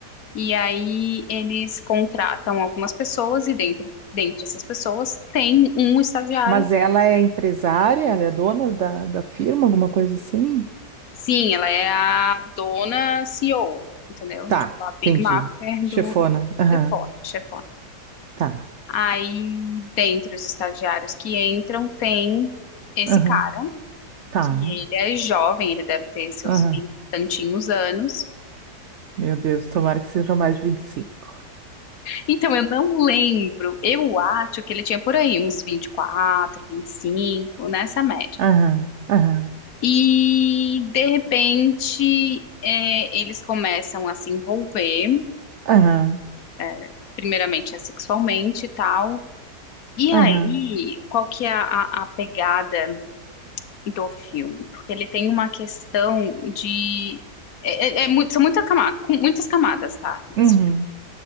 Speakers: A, on the left; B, on the right.
A: E aí eles contratam algumas pessoas e dentro, dentre essas pessoas tem um estagiário.
B: Mas ela é empresária? Ela é dona da, da firma, alguma coisa assim?
A: Sim, ela é a dona CEO, entendeu?
B: Tá,
A: Tipo, a
B: entendi.
A: Big Master
B: Chefona.
A: do
B: Aham,
A: chefone, chefone.
B: tá.
A: Aí, dentre os estagiários que entram, tem esse
B: Aham,
A: cara,
B: tá.
A: que ele é jovem, ele deve ter seus
B: Aham.
A: vinte e tantinhos anos.
B: Meu Deus, tomara que seja mais de 25.
A: Então, eu não lembro, eu acho que ele tinha por aí uns vinte vinte e quatro, vinte e cinco nessa média.
B: Aham, aham,
A: E de repente é, eles começam a se envolver,
B: aham,
A: é, primeiramente é sexualmente e tal. E
B: aham.
A: aí, qual que é a, a- a pegada do filme? Porque ele tem uma questão de. é- é- é muito- são muita cama- com muitas camadas, tá? Desse
B: Uhum.
A: filme.